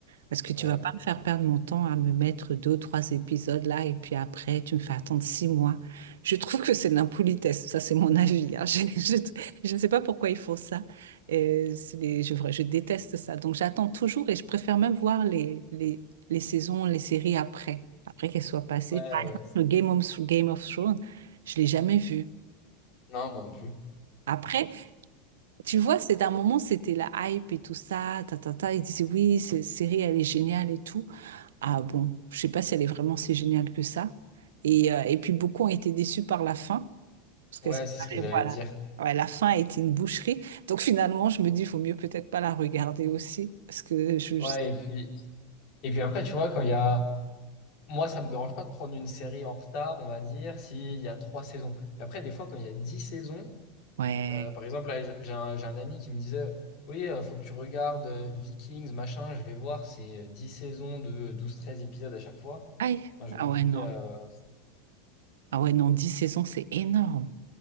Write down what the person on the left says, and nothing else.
Ouais,
ouais.
Ouais,
ouais,
ouais.
Non, moi non plus.
Ouais,
c'est
ce que j'allais
dire.
Ouais,
et puis, et puis après, tu vois, quand il y a. Moi, ça me dérange pas de prendre une série en retard, on va dire, s'il y a trois saisons. Mais après, des fois, quand il y a dix saisons,
Euh, par exemple, là, j'ai un, j'ai un ami qui me disait, oui, il faut que tu regardes euh, Vikings, machin, je vais voir, c'est euh, 10 saisons de euh, douze, treize épisodes à chaque fois.
Enfin, je
me dis,
euh,